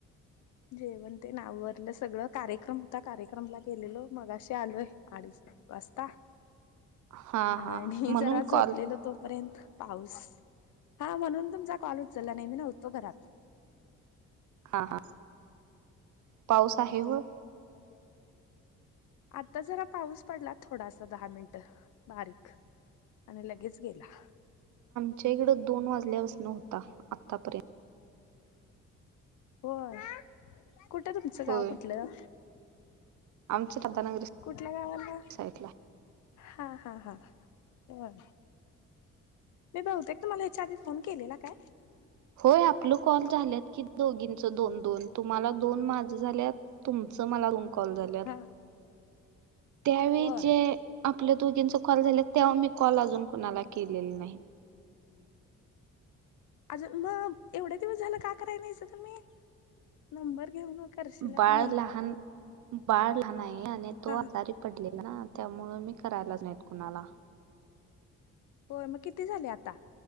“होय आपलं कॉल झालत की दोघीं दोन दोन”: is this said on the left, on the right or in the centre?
Right